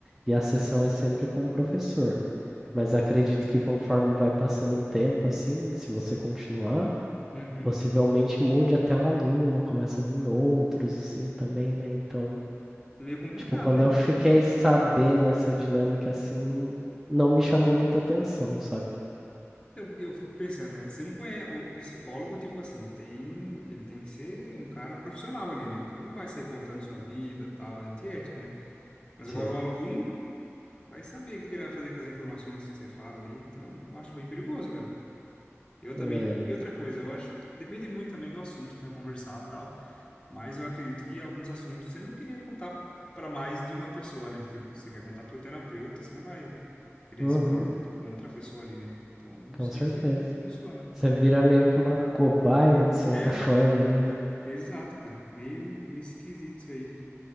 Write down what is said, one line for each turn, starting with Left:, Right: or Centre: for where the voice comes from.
Centre: E a sessão é sempre com o professor. Mas acredito que conforme vai passando o tempo, assim, se você continuar,
Left: Uhum.
Centre: possivelmente mude até o aluno, começa a vir outros, assim, também, né? Então,
Left: Meio complicado,
Centre: tipo, quando
Left: né,
Centre: eu
Left: cara?
Centre: fiquei sabendo essa dinâmica, assim, não, não me chamou muita atenção, sabe?
Left: Então, porque eu fico pensando, né? Você não conhece o o psicólogo, tipo assim, tem, ele tem que ser um cara profissional ali, né? Então ele não vai ser contando sua vida, tal, é antiético, né? Mas
Centre: Sim.
Left: agora o aluno. Vai saber o que que ele vai fazer com as informações que você fala ali. Então, eu acho bem perigoso, cara. Eu também.
Centre: É.
Left: E outra coisa, eu acho. Depende muito também do assunto que você vai conversar e tal. Mas eu acredito que alguns assuntos você não queria contar para mais de uma pessoa, né? Tipo, você quer contar pro seu terapeuta, você não vai querer
Centre: Uhum,
Left: expor com outra pessoa ali, né? Então, não
Centre: com
Left: sei
Centre: certeza.
Left: se funciona.
Centre: Você vira meio que uma cobaia, de certa
Left: É,
Centre: forma, ali, né?
Left: exato, cara. Meio, meio esquisito isso aí.